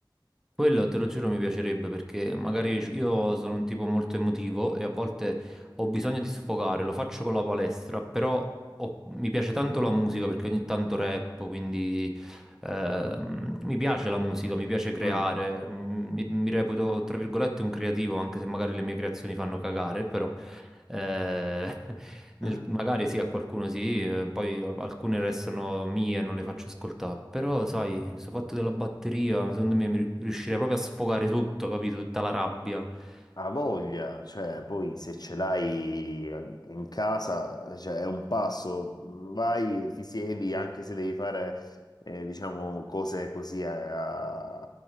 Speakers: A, in the centre; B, on the left.
A: Quello te lo giuro mi piacerebbe perché magari c- io sono un tipo molto emotivo e a volte ho bisogno di sfogare, lo faccio con la palestra, però ho- mi piace tanto la musica perché ogni tanto rappo, quindi ehm, mi piace la musica, mi piace creare,
B: Mm.
A: mm, mi, mi reputo tra virgolette un creativo anche se magari le mie creazioni fanno cagare, però eh, <laughs> nel-
B: <laughs>
A: magari sì, a qualcuno sì, eh, poi a- alcune restano mie e non le faccio ascoltare. Però, sai, questo fatto della batteria, secondo me mi ri- riuscirei proprio a sfogare tutto, capito? Tutta la rabbia. <laughs>
B: Ha voglia, cioè poi se ce l'hai in casa, cioè, è un passo, vai, ti siedi, anche se devi fare, eh, diciamo, cose così, a-